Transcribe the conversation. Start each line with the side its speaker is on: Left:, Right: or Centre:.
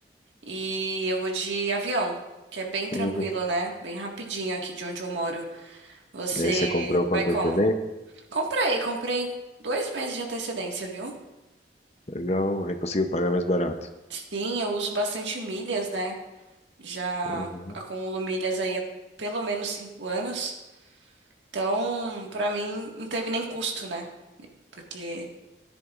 Right: e eu vou de avião, que é bem tranquilo,
Left: Uhum.
Right: né? Bem rapidinho aqui de onde eu moro. Você
Left: E aí, você comprou com
Right: vai
Left: antecedência?
Right: como? Comprei, comprei dois meses de antecedência, viu?
Left: Legal, aí conseguiu pagar mais barato.
Right: Sim, eu uso bastante milhas, né? Já
Left: Uhum.
Right: acumulo milhas aí há pelo menos cinco anos. Então, pra mim, não teve nem custo, né? Porque